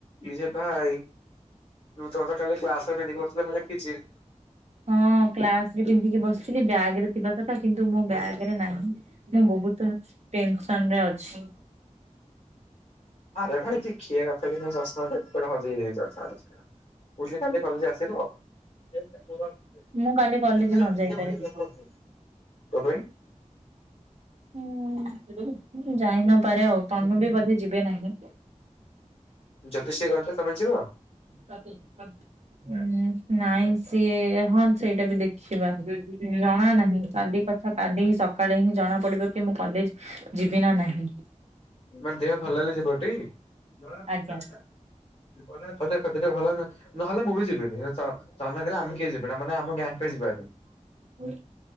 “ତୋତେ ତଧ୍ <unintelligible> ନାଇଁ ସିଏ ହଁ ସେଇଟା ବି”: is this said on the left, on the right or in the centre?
Right